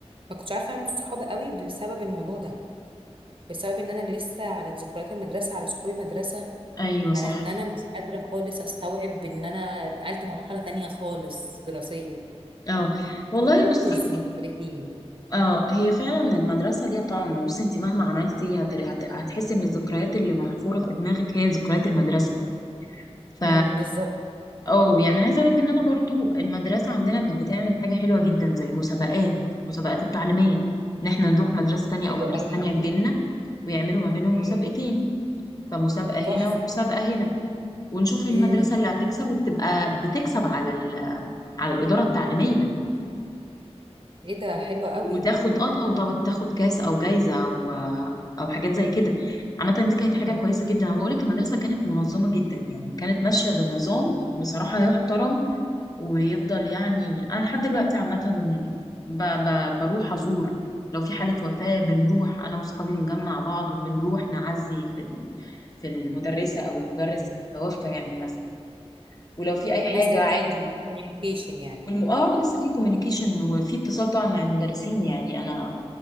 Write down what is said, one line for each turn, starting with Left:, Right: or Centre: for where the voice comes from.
Right: ما كنتش عارفه اعمل صحاب قوي بسبب الموضوع ده بسبب ان انا لسه على ذكريات المدرسه على صحاب المدرسه
Left: ايوه صح
Right: على ان انا مش قادره خالص استوعب ان انا اتنقلت مرحله تانية خالص دراسيه
Left: اه والله
Right: والدكتورز
Left: بصي
Right: مختلفين
Left: اه هي فعلا المدرسه ليها طعم بصي انت مهما عملتي هت- هت- هتحسي ان الذكريات اللي محفوره في دماغك هي ذكريات المدرسه ف
Right: امم بالظبط
Left: اه يعني عايزه اقول لك ان انا برضو المدرسه عندنا كانت بتعمل حاجه حلوه جدا زي المسابقات المسابقات التعليميه ان احنا نروح مدرسه تانية
Right: حلو
Left: او مدرسه
Right: قوي
Left: تانية تجيلنا ويعملوا ما بينهم
Right: مم.
Left: مسابقتين فمسابقه
Right: تحفة
Left: هنا ومسابقه هنا ونشوف المدرسه
Right: مم.
Left: اللي هتكسب وبتبقى بتكسب على ال... على الاداره التعليميه
Right: ايه ده حلوة قوي
Left: وتاخد اه وطب تاخد كاس او جايزه او او حاجات زي كده عامه دي كانت حاجه
Right: مم.
Left: كويسه جدا انا بقول لك المدرسه كانت منظمه جدا يعني كانت ماشيه بنظام بصراحه يحترم ويفضل يعني انا لحد دلوقتي عامه ب... ب... بروح ازور لو في حاله وفاه بنروح انا واصحابي بنجمع بعض وبنروح نعزي في ال- في المدرسه او المدرس
Right: مم.
Left: اللي توفى يعني مثلا ولو في اي حاجه
Right: لسه في
Left: عادي
Right: كوميونيكيشن يعني
Left: والم... اه لسه في كوميونيكيشن وفي اتصال طبعا مع المدرسين يعني انا